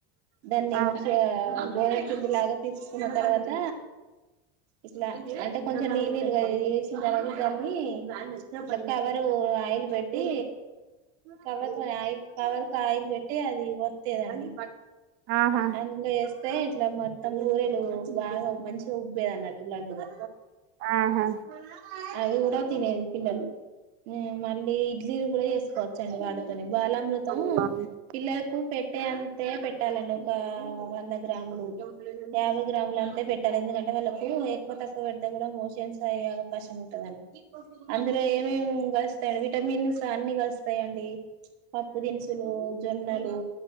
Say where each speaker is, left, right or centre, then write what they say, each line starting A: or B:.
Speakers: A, on the right (about 85°); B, on the right (about 45°).
A: దాన్ని
B: ఆ
A: మంచిగా పిండి లాగా తీసుకున్న తర్వాత ఇట్లా అంటే కొంచెం నీ నీరుగా వేసి కలరు గామి తర్వాత దాన్ని కవరు ఆయిల్ పెట్టి కవర్ కవర్ కు ఆయిల్ పెట్టి అది వత్తేదండి
B: ఆహా
A: అందులో వేస్తా ఇట్లా మొత్తం కూరేలు బాగా మంచిగా ఉబ్బేది అన్నట్టు లడ్డుగా
B: ఆహా
A: <inaudible> అవి కూడా తినేది పిల్లలు మళ్ళీ ఇడ్లీలు కూడా చెసుకోవచ్చండి వాడుతోనే బాలామృతం
B: ఉమ్
A: పిల్లలకు పెట్ట పట్టే అంతే పెట్టాలండి ఒక వంద గ్రాములు యాభై గ్రాములు అంతే పెట్టాలి ఎందుకంటే వాళ్ళలకు ఎక్కువ తక్కువ పెడితే కూడా మోషన్స్ అయ్యే అవకాశం ఉంటదండి అందులో ఏమేమి వస్తాయి విటమిన్స్ అన్ని వస్తాయిండి పప్పు తినుసులు జొన్నెలు